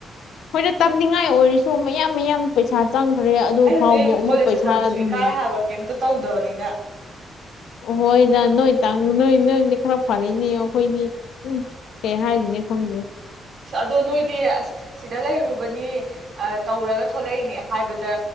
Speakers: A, on the left (about 85°); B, on the right (about 60°).
A: ꯍꯣꯏꯗ ꯇꯝꯅꯤꯡꯉꯥꯏ ꯑꯣꯏꯔꯁꯨ ꯃꯌꯥꯝ ꯃꯌꯥꯝ ꯄꯩꯁꯥ ꯆꯪꯈ꯭ꯔꯦ ꯑꯗꯨ
B: ꯑꯩ ꯍꯧꯖꯤꯛ
A: ꯐꯥꯎꯕ ꯑꯃꯨꯛ
B: ꯀꯣꯂꯦꯖꯇ
A: ꯄꯩꯁꯥ
B: ꯆꯠꯄꯁꯨ ꯏꯀꯥꯏ
A: ꯅꯤ
B: ꯍꯥꯏꯕ ꯀꯩꯝꯇ ꯇꯧꯗꯕꯅꯤꯅ
A: ꯍꯣꯏꯗ ꯅꯣꯏ ꯇꯪ ꯅꯣꯏ ꯅꯣꯏꯗꯤ ꯈꯔ ꯐꯔꯅꯦ ꯑꯩꯈꯣꯏꯗꯤ ꯎꯝ ꯀꯩ ꯍꯥꯏꯔꯤꯅꯦ ꯈꯪꯗꯦ
B: ꯑꯗꯣ ꯅꯣꯏꯗꯤ ꯑꯁ ꯁꯤꯗ ꯂꯩꯔꯨꯕꯅꯤ ꯇꯧꯔꯒ ꯊꯣꯛꯂꯛꯏꯅꯦ ꯍꯥꯏꯕꯗ